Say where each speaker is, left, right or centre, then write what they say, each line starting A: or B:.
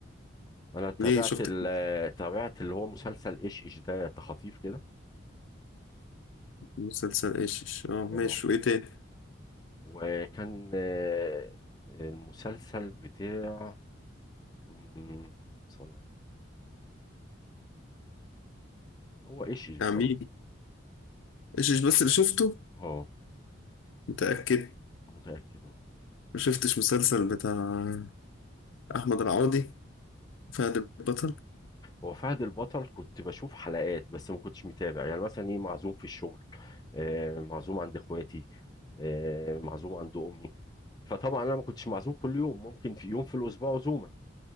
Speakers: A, on the left (about 20°); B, on the left (about 75°).
A: انا تابعت
B: ليه شفت
A: ال- تابعت اللي هو مسلسل ايش ايش ده تخاطيف كده
B: مسلسل ايشش اه ماشي
A: اه
B: وايه تاني
A: وكان آه، المسلسل بتاع مم، صلى- مم، هو ايش ايش بصراحة
B: عميل ايشش بس اللي شفته
A: اه
B: متاكد
A: متأكد اه
B: ما شفتش مسلسل بتاع احمد العوضي فهد البطل
A: هو فهد البطل كنت بشوف حلقات بس ما كنتش متابع يعني مثلا ايه معزوم في الشغل آه معزوم عند اخواتي آه معزوم عند امي فطبعا انا ما كنتش معزوم كل يوم ممكن في يوم في الاسبوع عزومة